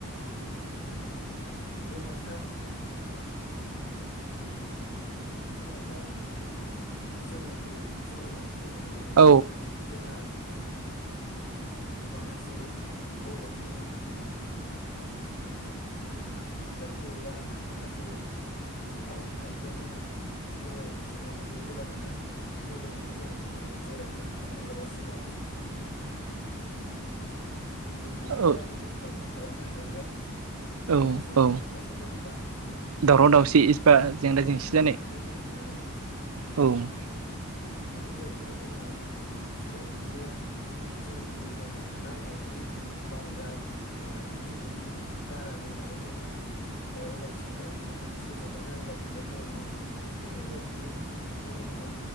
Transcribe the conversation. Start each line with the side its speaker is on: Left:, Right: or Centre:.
Left: गोबांथार गोबांथार जौखौ जौ लोंनायखौ जों नुनो मोनो
Right: औ
Left: जोंहा माखासे बर'फोरनि फोरबो बा माखासे हाबा हुखाफोराव जोंहा बर' सुबुंफोरखौ गोबांथार जौ लोंनायखौ जों नुनो मोनो। जेराव जोंहा माब्लाबा समाव
Right: <inaudible>
Left: जोंहा
Right: औ
Left: गावखौनो कन्ट्रल खालामनो हायियाव
Right: औ
Left: सासेया
Right: औ
Left: गुबुन सासेजों बा
Right: दावराव दावसि इसिबा जेंना जेंसि जानाय
Left: ओ जों नुनो मोनो।
Right: औ
Left: बे-बेफोरबायदिनो जोंहा सुबुं माहारिया जौखौ जोंहा नांनायनि बांद्राय बा लिमिटनि बारा लोंनानै जोंहा दावराव दावसि खालामनाय ना सोरजोंबा नांज्लाय खमलाय खालामनाय बेफोरबायदिखौ नुनो मोनो।